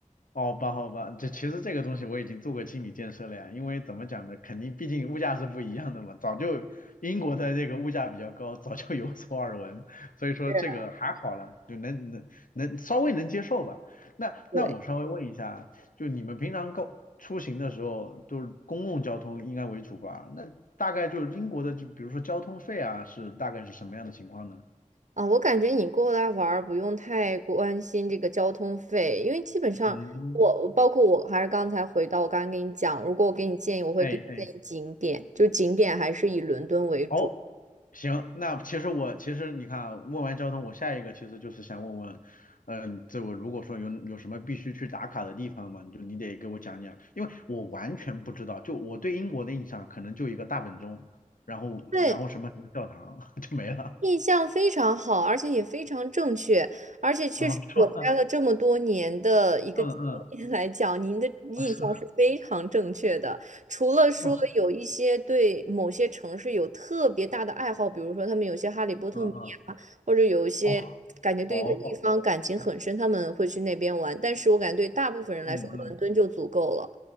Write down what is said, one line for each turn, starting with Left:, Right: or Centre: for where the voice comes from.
Left: 好吧，好吧，这其实这个东西我已经做过心理建设了呀，因为怎么讲呢，肯定毕竟物价是不一样的嘛，早就英国的这个物价比较高，早就有所耳闻，所以说这个还好了，
Right: 是
Left: 就能能能稍微能接受吧。那那我稍微问一下，
Right: 对。
Left: 就你们平常购出行的时候都是公共交通应该为主吧？那大概就是英国的，就比如说交通费啊，是大概是什么样的情况呢？
Right: 啊，我感觉你过来玩儿不用太关心这个交通费，因为基本上我我包括我还是刚才回到我刚刚跟你讲，
Left: 嗯，
Right: 如果我给你建议，我会给你建议景点，
Left: 哎哎，
Right: 就景点还是以伦敦为主。
Left: 哦行，那其实我其实你看啊问完交通，我下一个其实就是想问问，嗯，这我如果说有有什么必须去打卡的地方嘛，你就你得给我讲讲，因为我完全不知道，就我对英国的印象可能就一个大本钟，然后然后什么什么教堂
Right: 对，
Left: <laughs> 就没了
Right: 印象非常好，而且也非常正确，而且确实我待了这么多年的一个经验来讲，
Left: 啊，是吗？嗯嗯，
Right: 您的印象是非常正确的。
Left: 啊是吗？
Right: 除了说有一些对某些城市有特别大的爱好，
Left: 哦，
Right: 比如说他们有些哈利波特迷啊，
Left: 嗯嗯，
Right: 或者有一些感觉对一个地方感情很深，
Left: 哦哦，
Right: 他们会去那边玩。但是我感觉对大部分人来说，
Left: 嗯嗯，
Right: 伦敦就足够了。